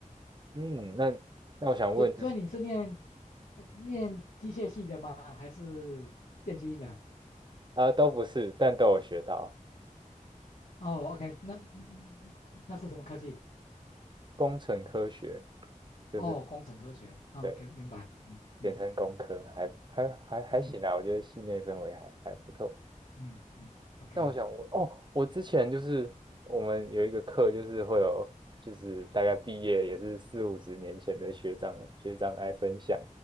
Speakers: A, on the right; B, on the left.
A: 嗯，那那我想问，
B: 所所以你是念
A: 就是
B: 呃念机械系的吗？还是电机的？
A: 啊、呃都不是，但都有学到
B: 哦，OK，那嗯那是什么科技？
A: 工程科学，就是
B: 哦，工程科学。哦
A: 对，
B: OK，明白。嗯嗯
A: 简称工科，还还还还行啊，
B: 嗯
A: 我觉得系内氛围还还不错。
B: 嗯嗯，OK，
A: 那我想问，哦，我之前就是我们有一个课，就是会有，就是大概毕业也是四五十年前的学长学长来分享，